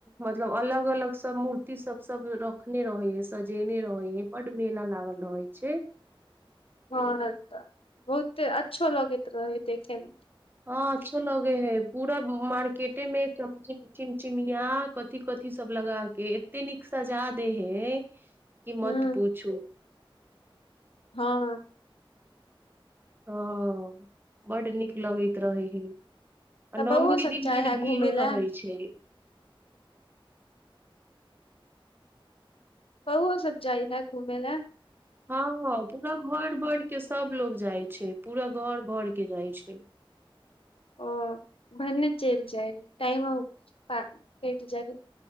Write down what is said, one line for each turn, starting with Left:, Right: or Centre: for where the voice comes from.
Right: मतलब अलग अलग सब मूर्ति सब सब रखने रहे हइ सजेने रहै हइ बड्ड मेला लागल रहै छै
Left: हँ तऽ बहुते अच्छो लगैत रहै देखेमे
Right: हँ अच्छो लगै हइ पूरा मार्केटे मे चमिम चिमचिमिया कथि कथि सब लगा के एते नीक सजा दै हइ की मत
Left: ह
Right: पुछू
Left: हँ
Right: हँ बड्ड नीक लगैत रहै हइ आ
Left: तऽ
Right: नओमी
Left: बौओ
Right: के
Left: सब
Right: दिन
Left: जाइ
Right: बड्ड
Left: है
Right: भीड़ो
Left: घूमे लए
Right: रहैत छै
Left: बौओ सब जाइ है घूमे लाए
Right: हँ पूरा घर बर के सभ लोग जाइ छै पूरा घर भरऽ के जाइ छै
Left: ओ भनने चल जाइ हइ टाइमो का-कटि जाइ हइ